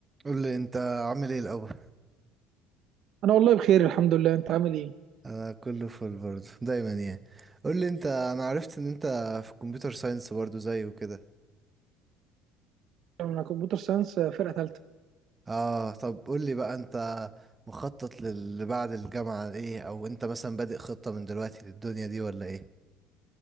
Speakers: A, on the right; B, on the right.
A: قول لي انت عامل ايه الاول
B: انا والله بخير الحمد لله انت عامل ايه
A: انا كله فل برضه دايما يعني قول لي انت انا عرفت ان انت في كمبيوتر ساينس برضه زي وكده
B: انا كمبيوتر ساينس آه، فرقه ثالثه
A: اه طب قول لي بقى انت مخطط للي بعد الجامعة ايه او انت مثلا بادئ خطة من دلوقتي للدنيا دي ولا ايه